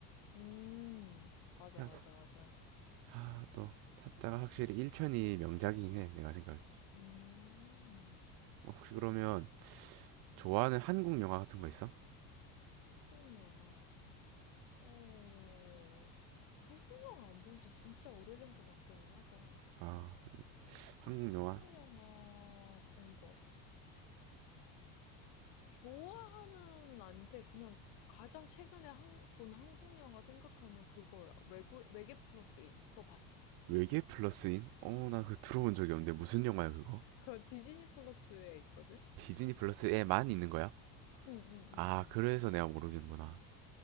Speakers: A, on the left (about 65°); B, on the right (about 55°).
A: 음. 음. 맞아,
B: 그냥
A: 맞아, 맞아.
B: 아또 타짜가 확실히 1편이 명작이긴 해 내가 생각에
A: 음.
B: 어, 혹시 그러면 좋아하는 한국 영화 같은 거 있어?
A: 한국 영화. 어. 한국 영화 안 본지 진짜 오래된 것 같기는 하다.
B: 아 한국
A: 한국
B: 영화
A: 영화 본 거. 좋아하는 아닌데 그냥 가장 최근에 한, 본 한국 영화 생각하면 그거야. 외국 외계 플러스인 그거 봤어?
B: 외계 플러스인? 어나 그거 들어본 적이 없는데 무슨 영화야 그거?
A: 그거 디즈니 플러스에 있거든.
B: 디즈니 플러스에만 있는 거야?
A: 응응응응.
B: 아 그래서 내가 모르겠는구나